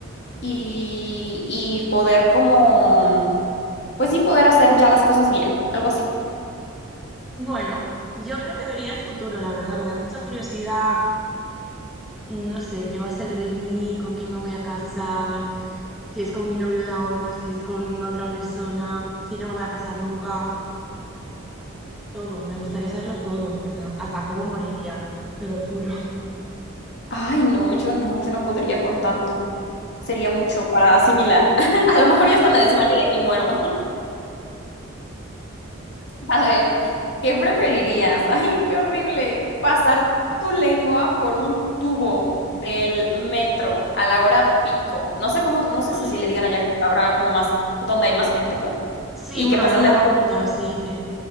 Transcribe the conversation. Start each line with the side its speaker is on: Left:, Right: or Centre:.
Left: y, y poder como, pues sí, poder hacer ya las cosas bien, algo así.
Centre: Bueno, yo creo que vería el futuro, la verdad. Me da mucha curiosidad, no sé, qué va a ser de mí, con quién me voy a casar, si es con mi novio de ahora, si es con otra persona, si no me voy a casar nunca, todo. Me gustaría saberlo todo, en verdad. Hasta cómo moriría, te lo juro.
Left: Ay, no, yo no, yo no podría con tanto. Sería mucho para asimilar. <laughs> A lo mejor ya hasta me desmayo y aquí muero. <laughs> A ver, ¿qué preferirías? <laughs> Ay, qué horrible. Pasar tu lengua por un tubo del metro a la hora pico. No sé cómo, no sé
Centre: Ay,
Left: si, si le digan allá la hora como más, donde hay más gente, pues.
Centre: Sí,
Left: Y
Centre: bueno,
Left: que pasas
Centre: la hora
Left: la lengua
Centre: punta
Left: por...
Centre: se dice,